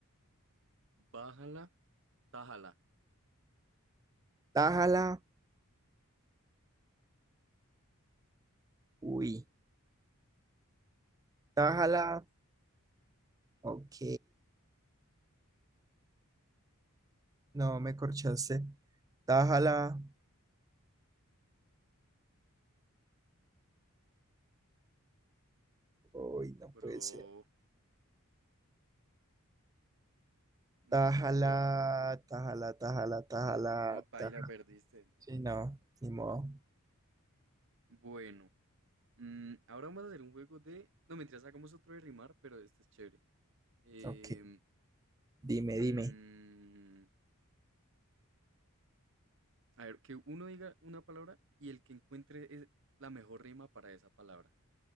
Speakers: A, on the right; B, on the right.
A: bájala, tájala.
B: Tájala, uy, tájala, ok. No, me corchaste. Tájala, uy, no
A: Bro,
B: puede ser.
A: no,
B: Tájala,
A: bro.
B: tájala, tájala, tájala,
A: No, paila,
B: tájala.
A: perdiste. No.
B: Sí, no, ni modo.
A: Bueno, mm, ahora vamos a hacer un juego de. No, mentiras, sacamos otro de rimar, pero este es chévere. Em,
B: Ok, dime,
A: mm,
B: dime.
A: a ver, que uno diga una palabra y el que encuentre es- la mejor rima para esa palabra.